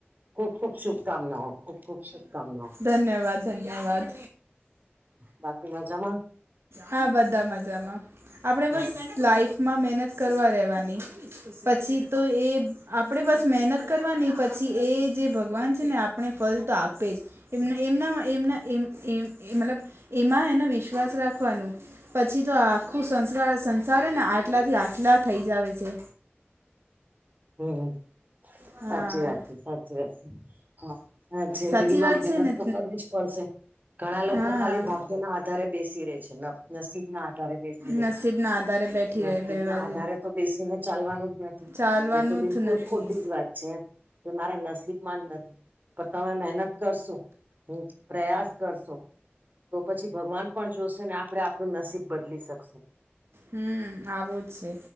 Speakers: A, on the right; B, on the right.
A: ખુબ ખુબ શુભકામનાઓ ખુબ ખુબ શુભકામનાઓ.
B: ધન્યવાદ ધન્યવાદ.
A: બાકી મજામાં?
B: હા બધા મજામાં આપણડે
A: હા
B: બસ લાઈફમાં મહેનત કરવા રહેેવાની. પછી તો એ આપડે બસ મેહેનત કરવાની પછી એ જે ભગવાન છે ને આપડે ફલ તો આપે જ. એમ એમના એમના એમ એમ એ મતલબ એમાં એને વિશ્વાસ રાખ લખવાનું પછી તો આખું સંસકાર સંસાર ને આટલાથી આટલા થઈ જ આવે છે.
A: હમ્મ હમ્મ
B: હા
A: સાચી વાત છે સાચી વાત છે. હા હ જિંદગી
B: સાચી
A: માં
B: વાત
A: મહેનત
B: છે ને
A: તો કરવી જ પડશે. ઘણા લોકો
B: હા
A: ખાલી ભાગ્ય ના આધારે બેસી રે છે નબ નસીબ ના આધારે બેસી તેવો
B: નસીબના
A: છે.
B: આધારે બેઠી
A: નસીબ
B: રહે બેવા
A: ના આધારે તો બેસીને ચાલવાનું જ નથી.
B: ચાલવાનું
A: એ તો બિલકુલ
B: જ નથી
A: ખોટી જ વાત છે એમ કે મારા નસીબમાં જ નથી પણ તમે મહેનત કરશું હમ્મ પ્રયાસ કરશું તો પછી ભગવાન પણ જોશે ને આપડે આપડું નસીબ બદલી શકશું.
B: હમ્મ આવું જ છે.